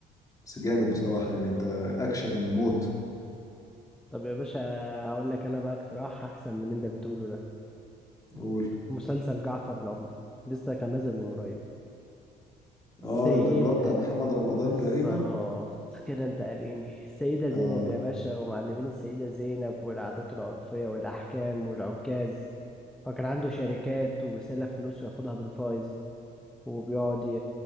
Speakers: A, on the left; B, in the centre.
A: بس جامد بصراحة يعني انت اكشن موت
B: طب يا باشا هقول لك انا بقى اقتراح احسن من اللي انت بتقوله ده
A: قول
B: مسلسل جعفر العمدة لسه كان نازل من قريب سيدة
A: اه ده اللي هو بتاع
B: ز-
A: محمد رمضان
B: بالظبط
A: تقريبا
B: كده انت قاريني السيدة زينب
A: اه
B: يا باشا ومعلمين السيدة زينب والعادات العرفية والأحكام والعكاز وكان عنده شركات وبيسلف فلوس وياخدها بالفايز وبيقعد ي...